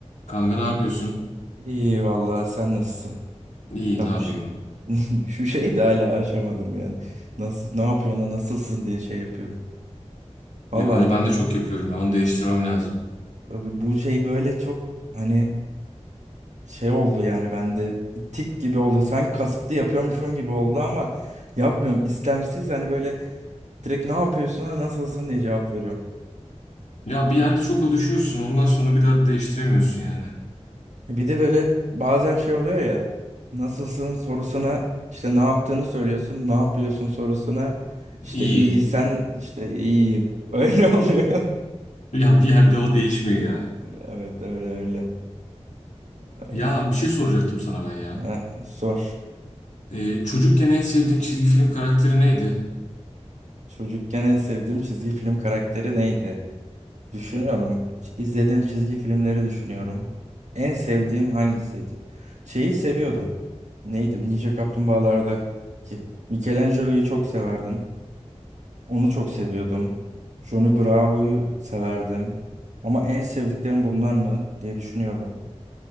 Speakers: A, on the left; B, on the right.
A: Kanka ne yapıyorsun?
B: İyi vallahi sen nasılsın?
A: İyi
B: Ya
A: ne yapayım?
B: bu ş- <laughs> şu şeyi de hala aşamadım yani. Nasıl ne yapıyorsun ha, nasılsın diye şey yapıyorum.
A: Ya
B: Vallahi
A: onu ben de çok yapıyorum ya. Onu değiştirmem lazım.
B: bu bu şey böyle çok hani şey oldu yani bende bir tik gibi oldu. Sanki kasıtlı yapıyormuşum gibi oldu ama yapmıyorum. İstemsiz hani böyle direkt ne yapıyorsun ha nasılsın diye cevap veriyorum.
A: Ya bir yerde çok alışıyorsun. Ondan sonra bir daha değiştiremiyorsun yani.
B: E, Bir de böyle bazen şey oluyor ya. Nasılsın sorusuna işte ne yaptığını söylüyorsun. Ne yapıyorsun sorusuna işte
A: İyi.
B: iyi sen işte iyiyim. Öyle <laughs> oluyor.
A: Ya bir yerde o değişmiyor ya.
B: Evet öyle öyle. Ay,
A: Ya bir şey soracaktım sana ben ya.
B: ah, sor.
A: Ee, çocukken en sevdiğin çizgi film karakteri neydi?
B: Çocukken en sevdiğim çizgi film karakteri neydi? Düşünüyorum. İzlediğim çizgi filmleri düşünüyorum. En sevdiğim hangisiydi? Şeyi seviyordum. Neydi? Ninja Kaplumbağalar'daki. Michelangelo'yu çok severdim. Onu çok seviyordum. Johnny Bravo'yu severdim. Ama en sevdiklerim bunlar mı diye düşünüyorum.